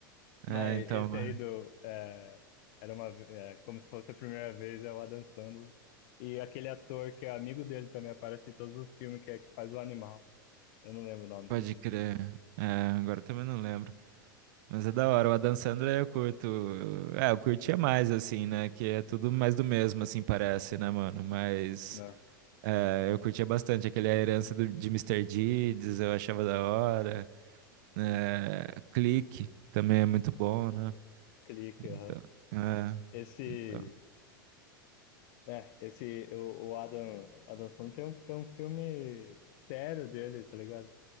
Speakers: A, on the left (about 55°); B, on the right (about 60°).
A: mas
B: é, então,
A: esse
B: mano.
A: aí do, é, era uma, ve- é, como se fosse a primeira vez, é o Adam Sandler, e aquele ator que é amigo dele também aparece em todos os filmes, que é que faz o animal, eu não lembro o nome
B: Pode
A: do mano,
B: crer. É, agora eu também não lembro. Mas é da hora. O Adam Sandler eu curto. É, eu curtia mais, assim, né? Que é tudo mais do mesmo, assim, parece, né, mano? Mas.
A: não
B: É, eu curtia bastante aquele A Herança do- de Mister Deeds, eu achava da hora. É, Clique também é muito bom, né?
A: Clique, aham.
B: Então, é,
A: Esse,
B: então.
A: é, esse, o, o Adam, Adam Sandler tem um, tem um filme sério dele, tá ligado?